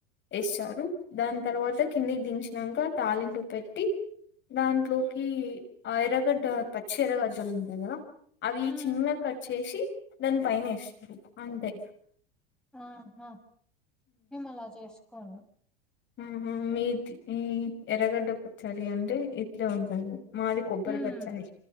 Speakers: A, on the left; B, in the centre.
A: ఏస్తారు దాని తర్వాత కిందికి దించినాంక తాలింపు పెట్టి దాంట్లోకి ఆ ఎర్రగడ్డ పచ్చి ఎర్రగడ్డ ఉంటది కదా అవి
B: ఉమ్,
A: చిన్న కట్ చేసి దాని పైన ఎస్తరు అంతే
B: ఆహా మేములా చేసుకోం
A: ఆహ మీది ఈ ఎరగడ్డ పుచాల అంటే ఇట్లే ఉంటదు మాది కొబ్బరి
B: ఉమ్
A: కచ్చయి